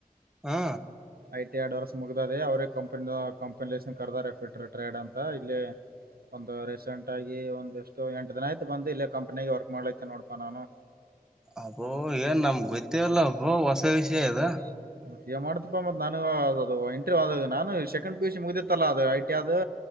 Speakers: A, in the centre; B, on the right.
A: ಹಾ
B: ಐ ಟಿ ಆರ್ಡ್ ವರ್ಸ್ ಮುಗ್ದದೆ ಅವರೇ ಕಂಪನಿ ಆ ಕಂಪನಿ ಲಸನ್ ಕರೆದಾರೆ ಫ ಟ್ರೇಡ್ ಅಂತ ಇಲ್ಲಿ. ಒಂದು ರೀಸೆಂಟಾಗಿ ಒಂದಿಷ್ಟು ಎಂಟು ದಿನ ಆಯತು ಬಂದು ಇಲ್ಲೇ ಕಂಪ್ನಿಗೆ ವರ್ಕ್ ಮಾಡ್ಲಿಕ್ಕೆ ನೋಡತನ್ ಅವನು
A: ಅಬ್ಬೋ ಏನ್ ನಮ್ಗ್ ಗೊತ್ತೆಯಿಲ್ಲ ಅಬ್ಬೋ ಹೊಸ ವಿಷಯ ಇದು
B: <inaudible> ಏ ಮಾಡ್ತಪ್ಪ ಮತ್ ನ ಅದು ಇಂಟರ್ ಅ ನಾನು ಸೆಕಂಡ್ ಪಿ ಯು ಸಿ ಮುಗಿತ್ತಲ್ಲಾ ಅದು ಐಟಿ ಅದು.